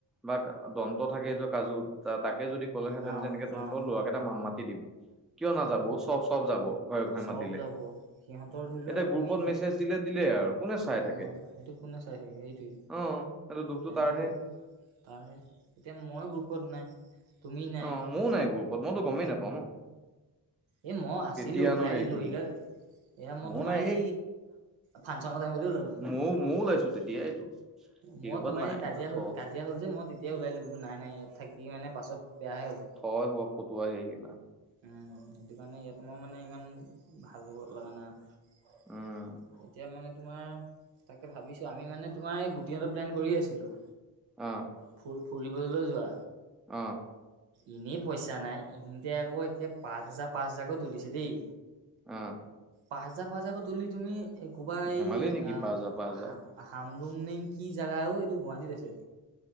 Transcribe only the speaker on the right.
অ',
অ'।
চব
যাব সিহঁতৰ ধৰি লোৱা
তুমি
অ সেইটো কোনে চাই থাকে সেইটোৱে
তেনেকৈ
তাৰ এতিয়া মই গ্ৰুপত নাই তুমি নাই
এ মই আছিলো
ওলাই
দিলো
এইকাৰ এয়া মই
তোমাৰ
এই ফাংচনৰ টাইমতে ওলালো মই
মই তোমাৰ
সেই কাজিয়া
হল কাজিয়া হ'ল যে মই তেতিয়াই ওলাই দিলো নাই নাই ইয়াত থাকি মানে পাছত বেয়াহে হ'ব
উম সেইটো কাৰণে ইয়াত মই মানে ইমান ভাল লগা নাই
এতিয়া মানে তোমাৰ তাকে ভাবিছো আমি মানে তোমাৰ এই গোটিহতৰ প্লেন কৰিয়ে আছিলো
ফু ফুৰিবলৈ যোৱা
এনেই পইচা নাই ইখিতে আকৌ একে পাঁচ হাজাৰ পাঁচ হাজাৰকৈ তুলিছে দেই
পাঁচহাজাৰ পাঁচহাজাৰকৈ তুলি তুমি কোবা
এই এই
আহ আহাম লুংনিং কি জোগা অ এইটো গুৱাহাটীত আছে